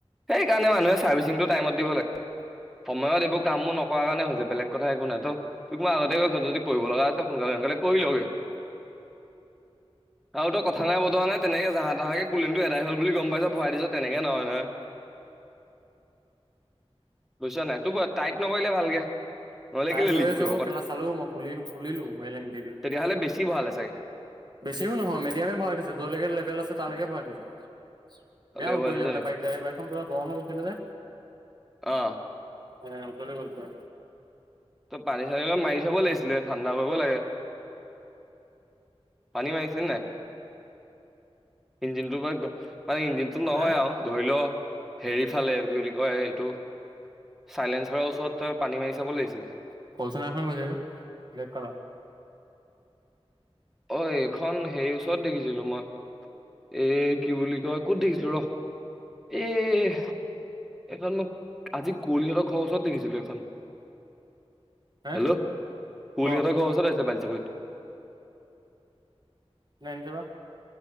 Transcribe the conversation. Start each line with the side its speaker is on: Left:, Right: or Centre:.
Centre: সেইকাৰণে মানুহে চাৰ্ভিচিংটো টাইমত দিব লাগে। সময়ত এইবোৰ কামো নকৰা কাৰণে হৈছে। বেলেগ কথা একো নাই তই তুক মই আগতে কৈছো যদি কৰিব লগা আছে, সোনকালে হয় সোনকালে কৰি লগে। আৰু তই কথা নাই বতৰা নাই তেনেকে জাহা তাহাঁকে কুলেনটো এদাই হল বুলি গম পাইছ ভয় খাইছ তেনেকে নহয় নহয়। বুজিছা নাই নাই তোক টাইত নকৰিলে ভালকে। নহলে
Right: টাইট
Centre: কেলে
Right: হৈ
Centre: লিক
Right: আছে
Centre: কৰিব
Right: অ' কেলা চালো মই খুলি খুলিলো এলেংটি দি দি
Centre: তেতিয়াহলে বেছি ভৰালে চাগে।
Right: বেছিও নহয় মিডিয়ামে ভৰাই থৈছে যৰলৈকে লেভেল আছে তালৈকে ভৰাই থয় দিছিলো
Centre: ছোৱালীজনী।
Right: বেয়া উতলিলে মানে পাৰক য বাৰকখন পুৰা গৰম হৈ গৈছিলে যে
Centre: অ
Right: অহ ওতলি গ'ল পুৰা
Centre: তই পানী চানী অলপমান মাৰি থব লাগিছিলে ঠাণ্ডা কৰিব লাগে। পানী মাৰিছিলি নাই? ইঞ্জিনটোৰ পৰা মানে ইঞ্জিনটোত নহয়
Right: হে
Centre: আৰু ধৰি লও হেৰি ফালে কি বুলি কয় এইটো চাইলেন্ঞ্চৰ ওচৰত তই পানী মাৰি চাব লাগিছিলে।
Right: <unintelligible>
Centre: অ এইখন হেৰি ওচৰত দেখিছিলো মই এ কি বুলি কয় ক'ত দেখিছিলো ৰ এ এইখন মই আজি কঁলীহঁতৰ ঘৰৰ ওচৰত দেখিছিলো এইখন।
Right: হে
Centre: হেল্লো' কোৱলীহঁতৰ
Right: ক
Centre: ঘ ওচৰত আছে বালিচাকৰিত।
Right: নাইন টি বা